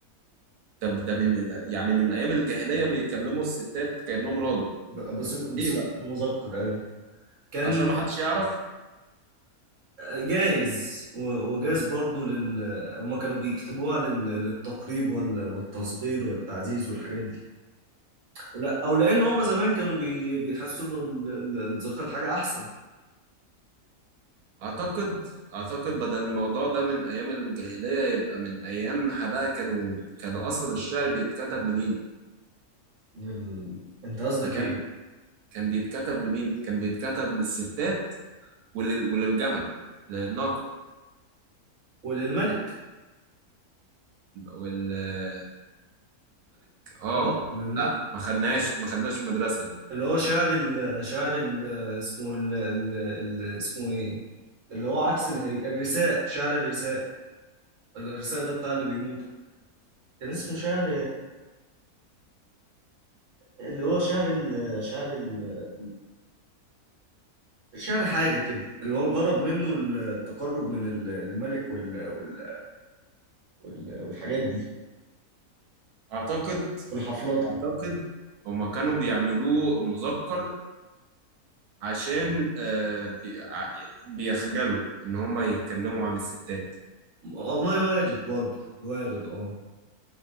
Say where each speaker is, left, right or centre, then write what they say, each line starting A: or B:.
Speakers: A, on the right; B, on the right.
A: طب ده من ده يعني من ايام الجاهليه بيكلموا الستات كانهم راجل
B: ب- بصيغه بصيغة
A: ايه بقى
B: المذكر ايوه كان
A: عشان ما حدش يعرف
B: جايز و- وجايز برضو لل هما كانوا بيكتبوها لل... للتقريب وال... والتصغير والتعزيز والحاجات دي لا او لان هما زمان كانوا بي... بيحسوا انه ال- ال- الذكر حاجه احسن
A: اعتقد اعتقد بدل الموضوع ده من ايام الجاهليه يبقى من ايامها بقى كانوا كانوا اصلا الشعر بيتكتب لمين
B: لل... انت قصدك
A: ما كان
B: ايه
A: كان بيتكتب لمين كان بيتكتب للستات ولل وللجمل للناقه
B: وللملك
A: والملك اه
B: اه للملك
A: لا ما خدناش ما خدناش المدرسه دي
B: اللي هو شعر ال... شعر ال... اسمه ال... ال... ال... اسمه ايه اللي هو عكس الهج... الرثاء شعر الرثاء الرثاء ده بتاع اللي بيموتوا كان اسمه شعر اللي هو شعر ال... شعر ال... شعر حاجة كده اللي هو الغرض منه التقرب من ال- الملك وال... وال... وال... والحاجات دي
A: اعتقد
B: والحفلطة
A: اعتقد هما كانوا بيعملوه مذكر عشان آه، بي- ع- بيخجلوا ان هم يتكلموا عن الستات
B: والله وارد برضه وارد اه